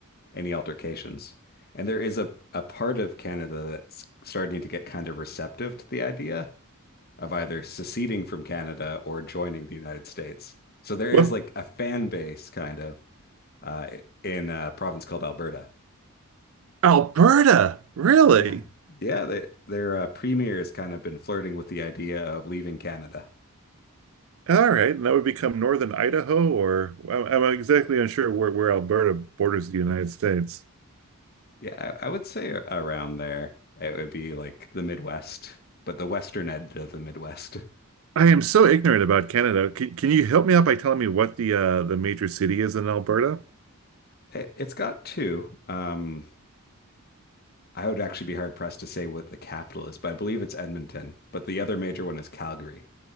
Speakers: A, on the left; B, on the right.
A: any altercations. And there is a, a part of Canada that's starting to get kind of receptive to the idea of either seceding from Canada or joining the United States. So there
B: Well,
A: is like a fan base kind of uh, in a province called Alberta.
B: Alberta, really?
A: Yeah. Yeah, they, their uh, premier has kind of been flirting with the idea of leaving Canada.
B: All right, and that would become Northern Idaho, or I'm, I'm exactly unsure where, where Alberta borders the United States.
A: Yeah, I, I would say around there. It would be like the Midwest, but the western end of the Midwest.
B: I am so ignorant about Canada. Can, can you help me out by telling me what the uh, the major city is in Alberta?
A: It, it's got two. Um, I would actually be hard pressed to say what the capital is, but I believe it's Edmonton. But the other major one is Calgary.